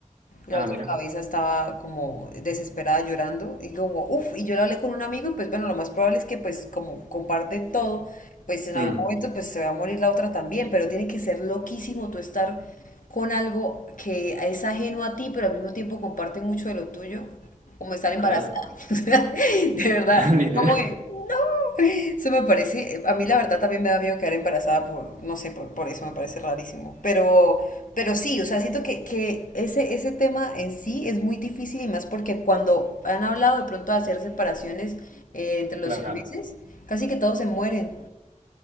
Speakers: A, on the left; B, on the right.
A: y
B: Ah,
A: la otra
B: mira.
A: cabeza estaba como desesperada llorando y como, uff, y yo lo hablé con un amigo y pues bueno, lo más probable es que pues como comparten todo, pues en algún
B: Mm,
A: momento pues se va a morir la otra también, pero tiene que ser loquísimo tú estar con algo que es ajeno a ti, pero al mismo tiempo comparte mucho de lo tuyo, como estar embarazada.
B: claro.
A: <laughs> O sea, de verdad,
B: <laughs> Literal.
A: como que eso me parece, a mí la verdad también me da miedo quedar embarazada por, no sé, por, por eso me parece rarísimo. Pero, pero sí, o sea, siento que, que ese, ese tema en sí es muy difícil y más porque cuando han hablado de pronto de hacer separaciones eh, entre los
B: Claro.
A: siameses, casi que todos se mueren.